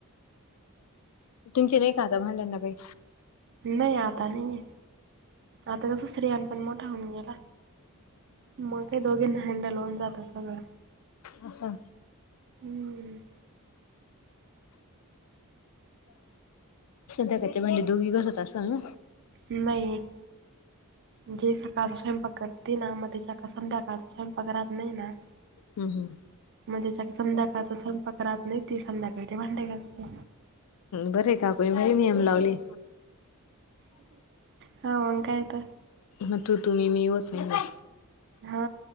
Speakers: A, on the left; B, on the right.
A: तुमची नाही का आता भांड्यांना बाई
B: नाही आता नाहीे आता कसं स््रियांन पण मोठा होऊन गेला मग काय दोघींना हँडल होऊन जातं सगळं
A: अ हा
B: हम्म
A: ध्या कचे भंडे दोघ बस होत असल ना
B: नाही जे सकाळचा स्वयंपाक करते ना मग ज संध्याकाळचा स्वयंपाक राहत नाही ना
A: हम् हम
B: म्हणजे ज्या संध्याकाळचा स्वयंपाक राहत नाही ती संध्याकाळी भांड ग असते
A: बरे काकुणी भारी मीयम लावली
B: हा वंकायता
A: मग तू तुम्ही मी होत ना
B: हा